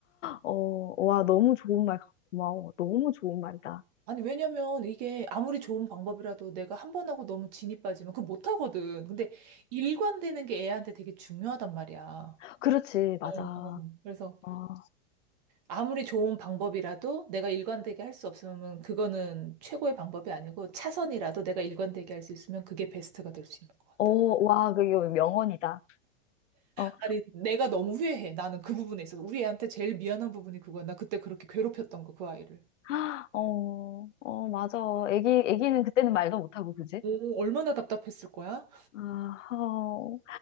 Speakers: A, on the left (about 85°); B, on the right (about 35°).
A: 어, 와, 너무 좋은 말, 같- 고마워. 너무 좋은 말이다.
B: 아니, 왜냐면 이게 아무리 좋은 방법이라도 내가 한 번 하고 너무 진이 빠지면 그거 못하거든. 근데 일관되는 게 애한테 되게 중요하단 말이야.
A: 그렇지, 맞아.
B: 응, 응. 그래서
A: 어,
B: 아무리 좋은 방법이라도 내가 일관되게 할 수 없으면 그거는 최고의 방법이 아니고 차선이라도 내가 일관되게 할 수 있으면 그게 베스트가 될 수 있는 것
A: 어,
B: 같다.
A: 와, 그게 명언이다. 어,
B: 아니, 내가 너무 후회해. 나는 그 부분에 있어서. 우리 애한테 제일 미안한 부분이 그거야. 나 그때 그렇게 괴롭혔던 거, 그 아이를.
A: <gasps> 아, 어, 어, 맞아. 애기, 애기는 그때는 말도 못하고, 그지?
B: 오, 얼마나 답답했을 거야?
A: 아, 어,